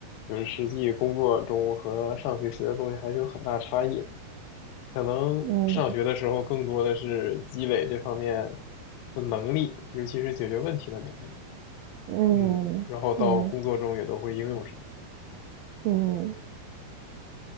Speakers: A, on the left; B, on the right.
A: 就是实际工作中和上学学的东西还是有很大差异。可能上学的时候更多的是积累这方面
B: 嗯
A: 的能力，尤其是解决问题的能力。
B: 嗯嗯
A: 嗯，然后到工作中也都会应用上。
B: 嗯，